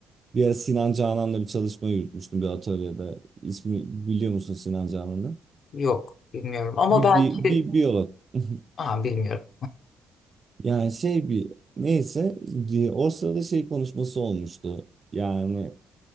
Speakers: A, on the right; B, on the left.
A: bir ara Sinan Canan'la bir çalışma yürütmüştüm bir atölyede. İsmi biliyor musun Sinan Canan'ı?
B: yok bilmiyorum. Ama
A: Bir,
B: belki
A: bir, bir biyolog. <laughs>
B: Aa, bilmiyorum.
A: Yani şey bir neyse e, o sırada şey konuşması olmuştu. Yani